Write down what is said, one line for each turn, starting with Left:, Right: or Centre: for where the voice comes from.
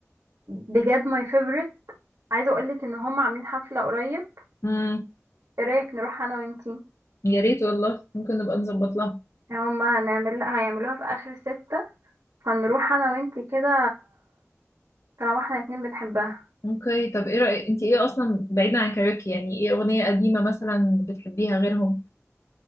Right: بجد ماي فيفورت عايزة اقولك ان هم عاملين حفلة قريب
Left: امم
Right: ايه رأيك نروح انا وانتي
Left: يا ريت والله ممكن نبقى نظبط لها
Right: يعني هم هنعمل هيعملوها في اخر ستة فنروح انا وانتي كده طالما احنا الاتنين بنحبها
Left: اوكي طب ايه رأيك انت ايه اصلا بعيدا عن كاريوكي يعني ايه اغنية قديمة مثلا بتحبيها غيرهم